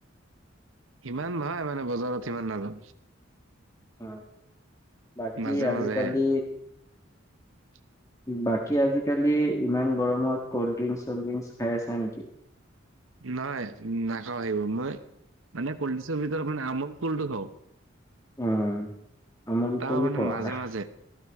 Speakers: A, on the right; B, on the left.
A: ইমান নহয় মানে বজাৰত সিমান নাজাও।
B: অ', বাকি
A: মাজে
B: আজিকালি
A: মাজেহে। <inaudible>
B: বাকী আজিকালি ইমান গৰমত কল্ড ড্ৰিংক চল্ড ড্ৰিংকচ খাই আছা নেকি?
A: নাই নাখাওঁ এইবোৰ মই মানে কল্ড ড্ৰিংকৰ ভিতৰত মানে আমোল কুলটো খাওঁ
B: অ', আমোল
A: তাৰ
B: কুল
A: মানে
B: খোৱা?
A: মাজে মাজে,